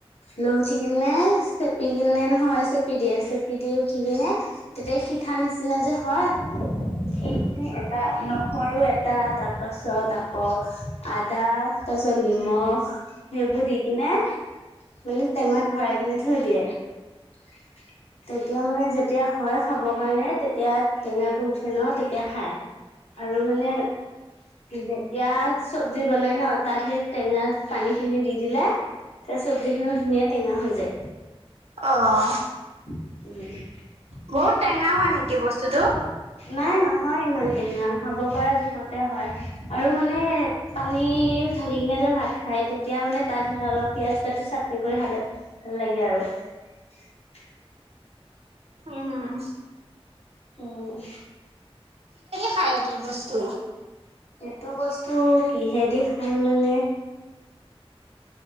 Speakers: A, on the left; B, on the right.
A: লৈ উঠি কিনে চেপি কিনে নহয় চেপি দিয়ে চেপি দি উঠি কিনে তেতিয়া সিঠা নিচিনা যে হয় স ন এটা। নহৰু এটা তাৰপাছত, আকৌ আদা তাৰপিছত নিমখ। সেইবোৰ দি কিনে মানে টেমাত ভৰাই কিনে থৈ দিয়ে <inaudible> তেতিয়া মানে যেতিয়া হয় খাব কাৰণে তেতিয়া টেঙাটো উঠে ন তেতিয়া খায় আৰু মানে যেতিয়া চব্জি বনাই ন তাত সেই টেঙাত পানী খিনি দি দিলে <unintelligible> চব্জিখিনিও ধুনীয়া টেঙা হৈ যায়।
B: অ', অ',
A: <unintelligible>
B: বহুত টেঙা হয় নেকি বস্তুতটো
A: নাই নহয় ইমান টেঙা খাব পৰা জোখতে হয়। আৰু মানে পানী ঢালি কিনে ভাত খাই তেতিয়া মানে তাত সে অলপ পিয়াজ কাটি চাটনি কৰি খালে ভাল লাগে আৰু। কি <unintelligible>
B: উম,
A: অঁ
B: খায় এইটো বস্তু।
A: এইটো বস্তু কিহেৰি খাই মানে